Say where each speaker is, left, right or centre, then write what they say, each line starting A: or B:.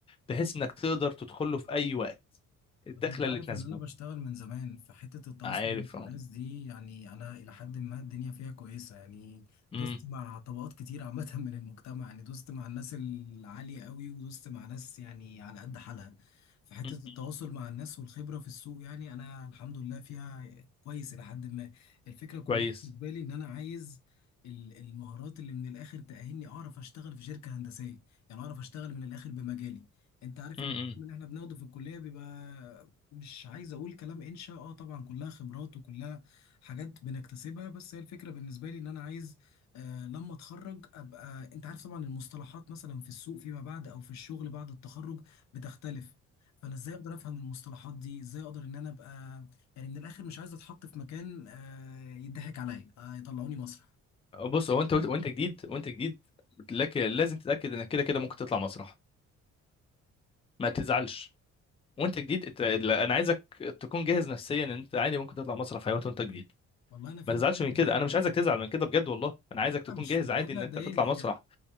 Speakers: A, on the left; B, on the left.
A: بحيث انك تقدر تدخل له في اي وقت الدخله
B: طب انت عارف
A: اللي تناسبه
B: ان انا بشتغل من زمان في حتة التواصل
A: عارف
B: مع
A: اه
B: الناس دي يعني انا الى حد ما الدنيا فيها كويسة يعني
A: امم
B: دوست مع طبقات كتير عامة <laughs> من المجتمع يعني دوست مع الناس العالية قوي ودوست مع ناس يعني على قد حالها في حتة
A: أمم.
B: التواصل مع الناس والخبرة في السوق يعني انا الحمد لله فيها كويس الى حد ما الفكرة كلها
A: كويس
B: بالنسبة لي ان انا عايز ال- المهارات اللي من الاخر تأهلني اعرف اشتغل في شركة هندسية يعني اعرف اشتغل من الاخر بمجالي انت عارف
A: امم
B: ان الكلام
A: امم.
B: اللي احنا بناخده في الكلية بيبقى مش عايز اقول كلام انشا اه طبعا كلها خبرات وكلها حاجات بنكتسبها بس هي الفكره بالنسبه لي ان انا عايز آه لما اتخرج ابقى انت عارف طبعا المصطلحات مثلا في السوق فيما بعد او في الشغل بعد التخرج بتختلف فانا ازاي اقدر افهم المصطلحات دي ازاي اقدر ان انا ابقى يعني من الاخر مش عايز اتحط في مكان آه يضحك عليا آه يطلعوني مسرح
A: بص هو انت وانت جديد وانت جديد لك لازم تتاكد انك كده كده ممكن تطلع مسرح ما تزعلش وانت جديد ات- لا، انا عايزك تكون جاهز نفسيا ان انت عادي ممكن تطلع مسرح في اي وقت وانت جديد
B: والله انا فاهم
A: ما تزعلش
B: حاجه زي
A: من كده
B: كده
A: انا مش عايزك تزعل من كده بجد والله انا عايزك تكون
B: لا مش
A: جاهز
B: مش
A: عادي
B: حاجه
A: ان
B: تضايقني
A: انت تطلع مسرح